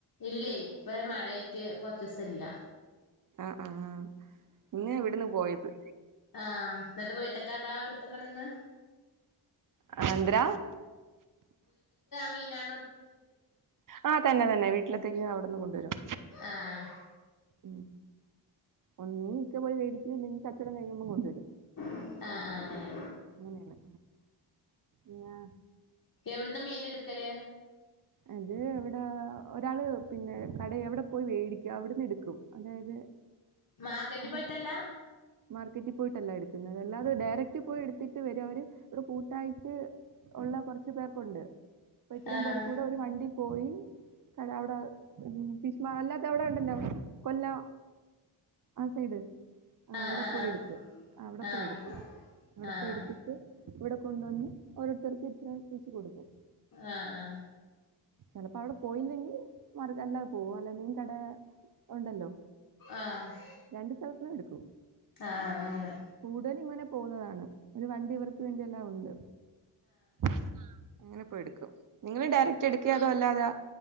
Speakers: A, on the left; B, on the right.
A: ഇല്ലേയ് ഇപ്പ മഴയായിട്ട് കൊറച്ചീസം ഇല്ല
B: ആ ആ പിന്നെ ഇവിടുന്ന് പോയത്
A: ആ ന്നിട്ട് വീട്ട്ക്ക് അതാ എടുത്തക്കണന്ന്
B: അത് എതന്ത്ര
A: മീനാ
B: ആ തന്നെ തന്നെ വീട്ടിലത്തേക്ക് അവിടെന്ന് കൊണ്ടുവരും
A: ആഹ്
B: ഉം ഒന്നീ ഇക്ക പോയി വരും ല്ലെങ്കിൽ കച്ചോടം കഴിയുമ്പോ കൊണ്ടുവരും
A: ആഹ് ആഹ് ആഹ് അങ്ങനെ
B: അങ്ങനെയാണ് ങ്ങാ
A: എവിടുന്നാ മീൻ എടുക്കൽ
B: അത് ഇവിടെ ഒരാള് പിന്നെ കട എവിടെ പോയി വേടിക്കും അവിട്ന്ന് എടുക്കും അതായത്
A: മാർക്കറ്റ്
B: ഇവിടെ
A: പോയിട്ടല്ല
B: മാർക്കറ്റിൽ പോയിട്ടല്ല എടുക്കുന്നത് അല്ലാതെ ഡയറക്റ്റ് പോയി എടുത്തിട്ട് വരോ അവര് ഒരു കൂട്ടായിട്ട് ഉള്ള കുറച്ചു പേർക്കുണ്ട് അപ്പൊ ഇത്രയും
A: ആഹ്
B: പേർ കൂടെ ഒരു വണ്ടി പോയി അല്ല അവിടെ ഫിഷ്മ അല്ലാത്ത അവിടെ ഉണ്ടല്ലോ കൊല്ലം ആഹ് സൈട്
A: ആഹ്
B: അവിടെ പോയി എടുക്കും അവിടെ
A: ആഹ്
B: പോയി
A: ആഹ്
B: എടുക്കും അവിടെ
A: ആഹ്
B: പോയി എടുത്തിട്ട് ഇവിടെ കൊണ്ടുവന്ന് ഓരോരുത്തർക്കും ഇത്ര വച്ച് കൊടുക്കും
A: ആഹ് ആഹ്
B: ചിലപ്പോ അവിടെ പോയില്ലെങ്കി മാർഗ അല്ലാതെ പോകും അല്ല മീൻ കട ഉണ്ടല്ലോ
A: ആഹ് ആഹ്
B: രണ്ട് സ്ഥലതിന്നും എടുക്കും
A: ആഹ് അങ്ങനെ
B: കൂടുതൽ ഇങ്ങനെ പോകുന്നതാണ് ഒരു വണ്ടി ഇവർക്ക് വേണ്ടിയ എല്ലാം ഉണ്ട് ആഹ് അങ്ങനെ പോയി എടുക്കും നിങ്ങൾ ഡയറക്ട് പോയി എടുക്കെ അതോ അല്ലാതാ